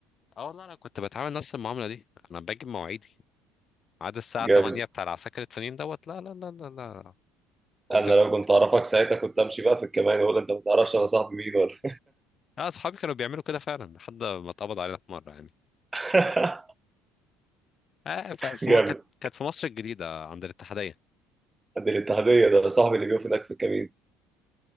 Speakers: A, on the left (about 35°); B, on the right (about 15°).
A: اه والله أنا كنت بتعامل نفس المعاملة دي أنا باجي بمواعيدي عاد الساعة
B: جامد
A: 8 بتاع العساكر التانيين دوت لا لا لا لا لا الدف-
B: انا لو كنت اعرفك ساعتها كنت امشي بقى في الكمان ولا انت ما تعرفش انا صاحبي مين ولا
A: لا أصحابي كانوا بيعملوا كده فعلا لحد ما اتقبض علينا في مرة يعني
B: <laughs>
A: آه ف- ف-
B: جامد
A: كانت كانت في مصر الجديدة عند الاتحادية
B: ده الاتحادية ده صاحبي اللي بيقف هناك في الكمين